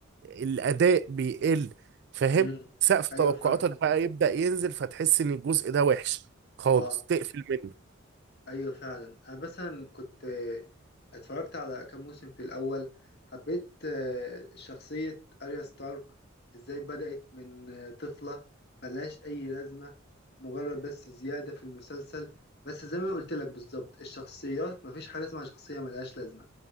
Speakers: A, on the right; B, on the left.
A: الأداء بيقل فاهم
B: امم
A: سقف
B: ايوه
A: توقعاتك
B: فاهم
A: بقى يبدأ ينزل فتحس إن الجزء ده وحش خالص
B: اه
A: تقفل منه
B: ايوه فعلا انا مثلا كنت آه، اتفرجت على كام موسم في الاول حبيت آه، شخصية اريا ستارك ازاي بدأت من آه، طفلة ملهاش اي لازمة مجرد بس زيادة في المسلسل بس زي ما قلت لك بالظبط الشخصيات مفيش حاجة اسمها شخصية ملهاش لازمة